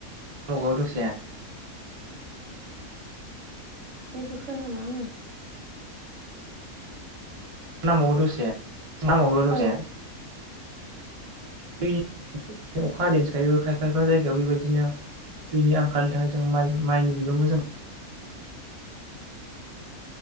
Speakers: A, on the right; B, on the right.
A: मुगाव दसे
B: जेबो खोनाला आङो
A: नांबाव गौ दसे नांबावगौ दसे
B: औ
A: दै अखा हादैैनि सायावबो खायफा खायफा जायगायाव बेबायदिनो दैनि आंखालनि थाखाय जों माइ माइनि बिबांबो जों